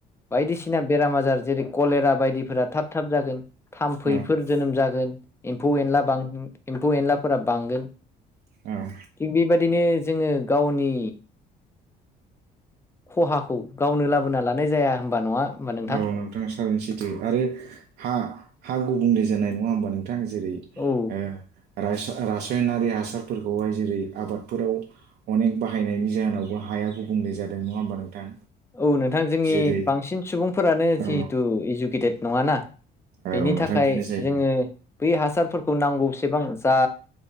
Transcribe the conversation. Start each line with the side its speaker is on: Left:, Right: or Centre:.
Left: बायदिसिना बेराम आजार जेरै कलेरा बायदिफोरा थाब थाब जागोन। थाम्फैफोर
Right: औ
Left: जोनोम जागोन एम्फौ एनला एम्फौ एनलाफोरा बांगोन। थिग
Right: औ औ
Left: बेबादिनो जोङो गावनि खहाखौ गावनो लाबोना लानाय जाया। होमबा नङा होमबा नोंथां
Right: औ नोंथाङा सारनोसैथो आरो हा हा गुबुंले जानाय नङा होमबा नोंथां? जेरै
Left: औ
Right: ओ रास-रासायनारि हासारफोरखौहाय जेरै आबादफोराव अनेक बाहायनायनि जाहोनावबो हा हाया गुबुंले जादों नङा होमबा नोंथां?
Left: औ नोंथां जोंनि
Right: जेरै
Left: बांसिन सुबुंफोरानो
Right: औ
Left: जिहेतु इडुकेटेद नङा ना
Right: औ
Left: बेनि
Right: नोंथां
Left: थाखाय
Right: बेनो जाहैबाय
Left: जोङो बै हासारफोरखौ नांगौसेबां जा